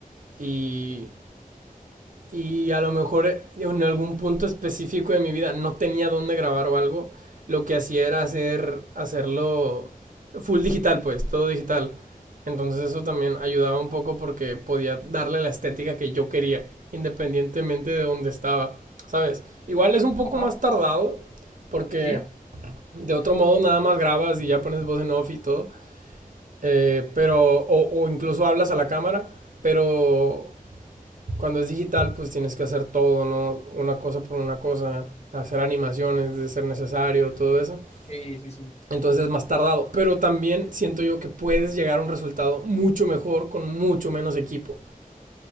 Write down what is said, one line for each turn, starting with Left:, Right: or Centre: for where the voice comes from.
Right: y y a lo mejor en algún punto específico de mi vida no tenía dónde grabar o algo, lo que hacía era hacer, hacerlo full digital, pues, todo digital. Entonces eso también ayudaba un poco porque podía darle la estética que yo quería, independientemente de dónde estaba, ¿sabes? Igual es un poco
Left: ajá,
Right: más tardado porque
Left: sí,
Right: de otro modo nada más grabas y ya pones voz en off y todo, eh, pero, o, o incluso hablas a la cámara, pero cuando es digital, pues tienes que hacer todo, ¿no? Una cosa por una cosa, hacer animaciones de ser necesario, todo eso.
Left: sí, sí, sí,
Right: Entonces es más tardado, pero también siento yo que puedes llegar a un resultado mucho mejor con mucho menos equipo.